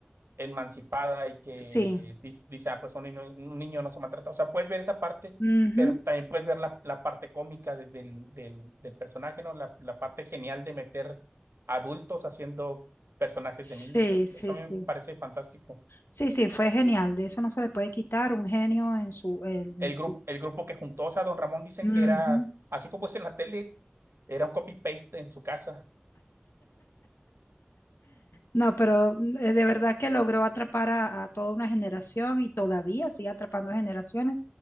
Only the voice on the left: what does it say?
Sí.
ujú.
Sí,
sí,
sí.
Sí, sí, fue genial, de eso no se le puede quitar un genio en su, en,
en su.
Ujú.
No, pero mm, eh, de verdad que logró atrapar a, a toda una generación y todavía sigue atrapando a generaciones.